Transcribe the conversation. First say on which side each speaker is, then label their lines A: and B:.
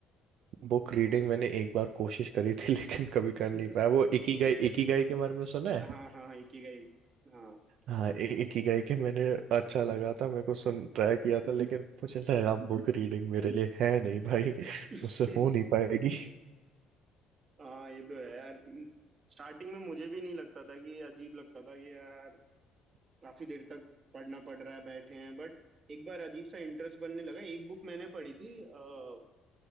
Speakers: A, on the right; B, on the right.
A: बुक रीडिंग मैंने एक बार कोशिश करी थी लेकिन कभी
B: <laughs>
A: कर नहीं पाया वो इकिगाई इकिगाई के बारे में सुना है
B: हाँ हाँ एक ही गई हाँ
A: हाँ इ- इकिगाई के मैंने अच्छा लगा था मेरे को सुन ट्राई किया था लेकिन मुझे लगा बुक रीडिंग मेरे लिए है नहीं भाई
B: <laughs>
A: मुझसे हो नहीं पाएगी
B: हाँ ये तो है यार स्टार्टिंग में मुझे भी नहीं लगता था कि अजीब लगता था कि यार काफी देर तक पढ़ना पड़ रहा है बैठे हैं बट एक बार अजीब सा इंटरेस्ट बनने लगा एक बुक मैंने पढ़ी थी आ,